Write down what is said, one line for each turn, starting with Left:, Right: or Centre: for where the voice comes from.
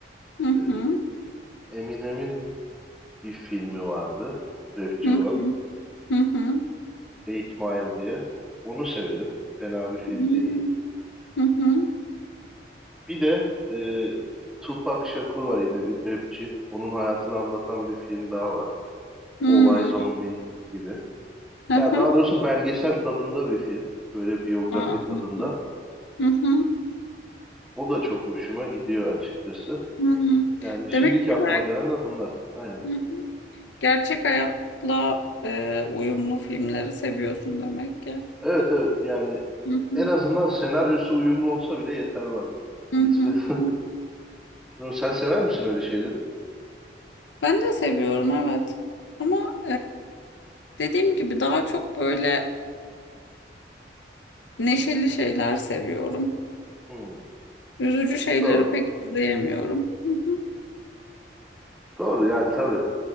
Left: Hı
Centre: e,
Left: hı.
Centre: Eminem'in bir filmi vardı. Rapçi
Left: Hı
Centre: olan
Left: hı. Hı hı.
Centre: Eight Mile diye. Onu severim. Fena bir film
Left: Hmm.
Centre: değil.
Left: Hı hı.
Centre: Bir de e, Tupac Shakur var yine bir rapçi. Onun hayatını anlatan bir film daha var.
Left: Hmm.
Centre: All Eyes on Me gibi.
Left: Hı
Centre: Ya
Left: hı.
Centre: daha doğrusu belgesel tadında bir film. Böyle biyografi
Left: Aa,
Centre: tadında.
Left: Anladım. Hı hı.
Centre: O da çok hoşuma gidiyor açıkçası.
Left: Hı hı.
Centre: Yani şimdiki
Left: Demek ki
Centre: aklıma
Left: bak,
Centre: gelenler bunlar. Aynen.
Left: hı hı. gerçek hayatla e, uyumlu filmleri seviyorsun demek ki.
Centre: Evet evet yani
Left: Hı hı.
Centre: en azından senaryosu uyumlu olsa bile yeter bana.
Left: Hı
Centre: Nispeten.
Left: hı. Hı.
Centre: <laughs> Sen sever misin öyle şeyleri?
Left: Ben de seviyorum evet. Ama e, dediğim gibi daha çok böyle Neşeli şeyler seviyorum.
Centre: Hmm,
Left: Üzücü şeyleri
Centre: doğru.
Left: pek izleyemiyorum. Hı hı.
Centre: Doğru yani tabii.